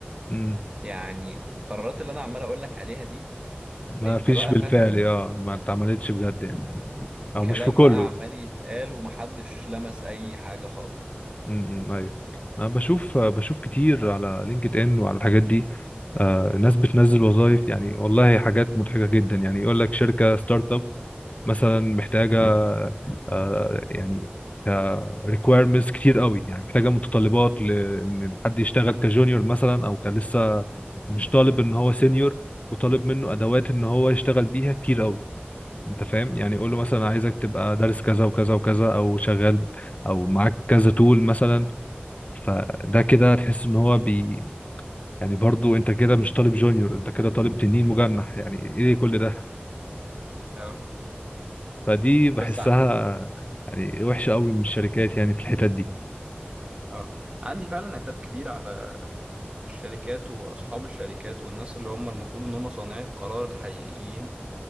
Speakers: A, on the left; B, on the right.
A: مم.
B: يعني القرارات اللي انا عمال اقول لك عليها دي
A: ما
B: انت
A: فيش
B: بقى
A: بالفعل
B: فاهم
A: اه ما اتعملتش بجد يعني او
B: كلام
A: مش في كله
B: بقى عمال يتقال ومحدش لمس اي حاجه خالص
A: امم ايوه انا بشوف بشوف كتير على لينكد ان وعلى الحاجات دي آه ناس بتنزل وظائف يعني والله حاجات مضحكه جدا يعني يقول لك شركه ستارت اب مثلا محتاجه آه يعني ريكويرمنتس كتير قوي يعني محتاجه متطلبات لان حد يشتغل كجونيور مثلا او كان لسه مش طالب ان هو سينيور وطالب منه ادوات ان هو يشتغل بيها كتير قوي انت فاهم يعني قول له مثلا عايزك تبقى دارس كذا وكذا وكذا او شغال او معاك كذا تول مثلا فده كده تحس ان هو بي يعني برضو انت كده مش طالب جونيور انت كده طالب تنين مجنح يعني ايه كل ده
B: اه
A: فدي بحسها
B: بس ع-
A: يعني وحشة قوي من الشركات يعني في الحتت دي
B: اه عندي فعلا عتاب كبير على الشركات واصحاب الشركات والناس اللي هم المفروض ان هم صانعي القرار الحقيقيين